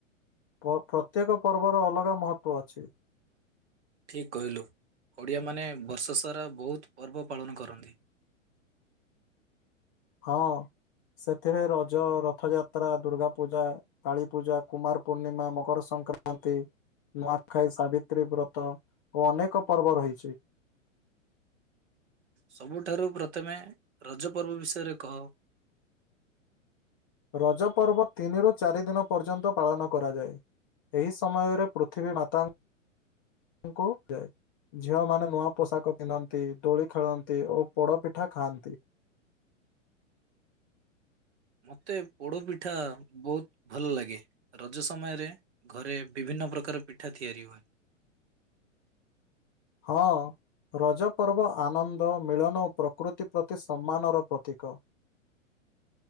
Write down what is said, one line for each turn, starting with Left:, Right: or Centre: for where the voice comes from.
Left: ପ ପ୍ରତ୍ୟେକ ପର୍ବର ଅଲଗା ମହତ୍ଵ ଅଛି।
Right: ଠିକ୍ କହିଲୁ, ଓଡ଼ିଆମାନେ ବର୍ଷ ସାରା ବହୁତ ପର୍ବ ପାଳନ କରନ୍ତି।
Left: ହଁ ସେଥିରେ ରଜ, ରଥଯାତ୍ରା, ଦୁର୍ଗା ପୂଜା କାଳୀ ପୂଜା, କୁମାର ପୂର୍ଣ୍ଣିମା, ମକର ସଂକ୍ରାନ୍ତି ନୂଆଖାଇ, ସାବିତ୍ରୀ ବ୍ରତ ଓ ଅନେକ ପର୍ବ ରହିଛି।
Right: ସବୁଠାରୁ ପ୍ରଥମେ ରଜ ପର୍ବ ବିଷୟରେ କହ?
Left: ରଜ ପର୍ବ ତିନିରୁ ଚାରି ଦିନ ପର୍ଯ୍ୟନ୍ତ ପାଳନ କରାଯାଏ। ଏହି ସମୟରେ ପୃଥିବୀ ମାତା <inaudible> ଙ୍କୁ ଯାଏ। ଝିଅମାନେ ନୂଆ ପୋଷାକ ପିନ୍ଧନ୍ତି, ଦୋଳି ଖେଳନ୍ତି ଓ ପୋଡ଼ପିଠା ଖାଆନ୍ତି।
Right: ମୋତେ ପୋଡପିଠା ବହୁତ ଭଲ ଲାଗେ। ରଜ ସମୟରେ ଘରେ ବିଭିନ୍ନ ପ୍ରକାର ପିଠା ତିଆରି ହୁଏ।
Left: ହଁ ରଜପର୍ବ ଆନନ୍ଦ, ମିଳନ ଓ ପ୍ରକୃତି ପ୍ରତି ସମ୍ମାନର ପ୍ରତୀକ।